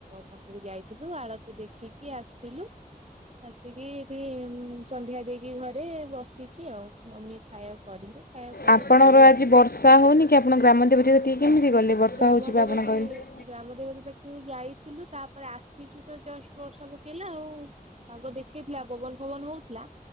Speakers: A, on the right; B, on the left.
A: ପାଖକୁ ଯାଇଥିଲୁ ଆଳତି ଦେଖିକି ଆସିଲୁ। ଆସିକି ସେ ସନ୍ଧ୍ୟା ଦେଇକି ଘରେ ବସିଛି ଆଉ ମମି ଖାଇବାକୁ କରିନି। ଖାଇବାକୁ କଲେ
B: ଆପଣର
A: ଖାଇବୁ
B: ଆଜି
A: ଆଉ
B: ବର୍ଷା ହଉନି କି ଆପଣ ଗ୍ରାମ ଦେବତୀ କତିକି କେମିତି ଗଲେ? ବର୍ଷା
A: ଗ୍ରାମ
B: ହେଉଛି
A: ଦେବତୀ
B: ବା ଆପଣ କହିଲେ
A: ଗ୍ରାମଦେବତୀ ପାଖରେ ଯାଇଥିଲୁ ତାପରେ ଆସିଛୁ ତ ଜଷ୍ଟ ବର୍ଷା ପକେଇଲା ଆଉ। ପାଗ ଦେଖେଇଥିଲା ପବନ ଫବନ ହଉଥିଲା?